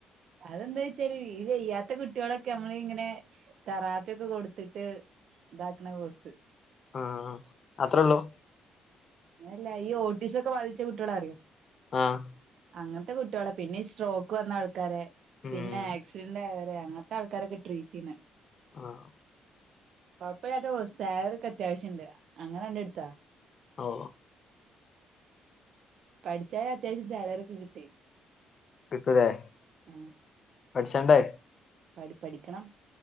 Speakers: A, on the right (about 65°); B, on the left (about 45°).
A: അതെന്താ വെച്ചാല് ഈ വെയ്യാത്ത കുട്ടികളൊക്കെ നമ്മള് ഇങ്ങനെ തെറാപ്പിയൊക്കെ കൊടുത്തിട്ട് ണ്ടാക്കാണ കോഴ്സ്
B: ആഹ അത്രേയുള്ളൂ
A: അങ്ങനെയല്ല ഈ ഓട്ടീസ് ഒക്കെ ബാധിച്ച കുട്ടികളെഅറിയോ
B: ആഹ്
A: അങ്ങനത്തെ കുട്ടികളെ പിന്നെ സ്ട്രോക്ക് വന്ന ആൾക്കാര്
B: ഉം
A: പിന്നെ ആക്സിഡന്റ് അയ അത് അങ്ങത്തെ ആക്കാരൊക്കെ ട്രീറ്റ് ചെയ്യ്ന്ന
B: ആഹ
A: കൊഴപ്പമില്ലാത്ത കോഴ്സ് സാലറി ഓക്കെ അത്യാവശ്യണ്ട് അങ്ങനെണ്ട് എടുതത്താ.
B: ഒ
A: പഠിച്ചാല് അത്യാവശ്യം സാലറി ഒക്കെ കിട്ടി.
B: കിട്ടൂലേ
A: ആ
B: പഠിച്ചണ്ടേ
A: പഠി പഠിക്കണം